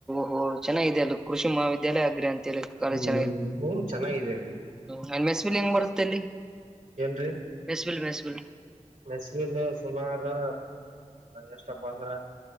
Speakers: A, in the centre; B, on the right (about 80°).
A: ಹ ಚೆನ್ನಾಗಿದೆ ಅದು ಕೃಷಿ ಮಹಾವಿದ್ಯಾಲಯ ಅಗ್ರೆ ಅಂತ ಕಾಲೆಜ್
B: ಹ್ಮ್
A: ಚೆನ್ನಾಗಿದೆ
B: ಹ್ಮ್ ಚೆನ್ನಾಗಿದೇರಿ
A: ಹುಂ ಮೆಸ್ಲಿ ಹೆಂಗ್ ಬರುತ್ತೆ ಅಲ್ಲಿ
B: ಎನ್ರೀ
A: mess bill mess bill
B: mess bill ಸುಮಾರು ಎಷ್ಟಪ್ಪ ಅಂದ್ರ